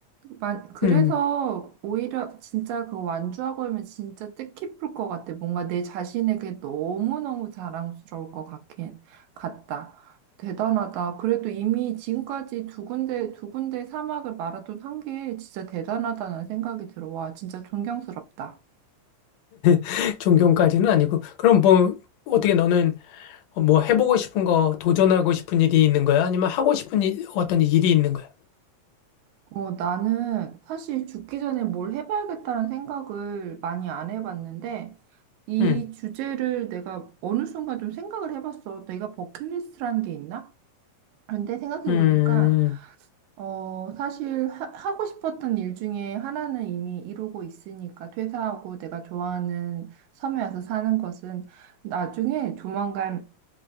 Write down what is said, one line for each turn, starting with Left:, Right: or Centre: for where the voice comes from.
Right: 만, 그래서
Left: 음,
Right: 오히려 진짜 그 완주하고 하면 진짜 뜻깊을 것 같아. 뭔가 내 자신에게 너무너무 자랑스러울 것 같긴, 같다. 대단하다. 그래도 이미 지금까지 두 군데, 두 군데 사막을 마라톤 한 게 진짜 대단하다는 생각이 들어. 와, 진짜 존경스럽다.
Left: <laughs> 존경까지는 아니고 그럼 뭐 어떻게 너는 어, 뭐 해보고 싶은 거, 도전하고 싶은 일이 있는 거야? 아니면 하고 싶은 일, 어떤 일이 있는 거야?
Right: 어, 나는 사실 죽기 전에 뭘 해봐야겠다는 생각을 많이 안 해봤는데, 이
Left: 음,
Right: 주제를 내가 어느 순간 좀 생각을 해봤어. 내가 버킷리스트라는 게 있나? 그런데 생각해보니까,
Left: 음,
Right: 어, 사실 하, 하고 싶었던 일 중에 하나는 이미 이루고 있으니까, 퇴사하고 내가 좋아하는 섬에 와서 사는 것은 나중에 조만간